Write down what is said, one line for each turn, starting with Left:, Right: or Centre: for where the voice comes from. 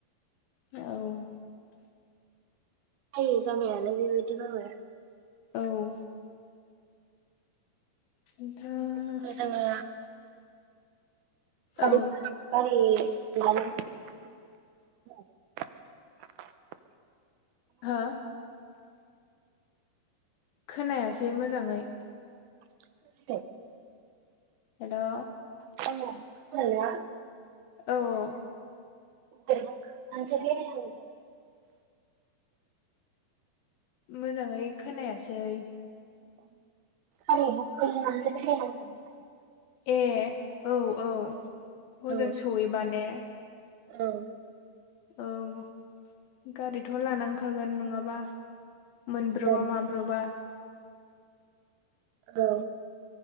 Left: औ
Right: जायो जानायायालाय बेबायदिबाबो
Left: औ <inaudible>
Right: जिखुनु जोङो <unintelligible>
Left: औ
Right: <unintelligible>
Left: हो खोनायासै मोजाङै
Right: <unintelligible>
Left: हेल' औ
Right: हेलौ <unintelligible>
Left: औ औ
Right: <unintelligible>
Left: मोजाङै खोनायासै
Right: <unintelligible>
Left: ए औ औ हजों
Right: औ
Left: सहैबा ने
Right: औ
Left: औ गारिथ' लानांखागोन नङाबा मोनब्रबा
Right: औ
Left: माब्रबा
Right: औ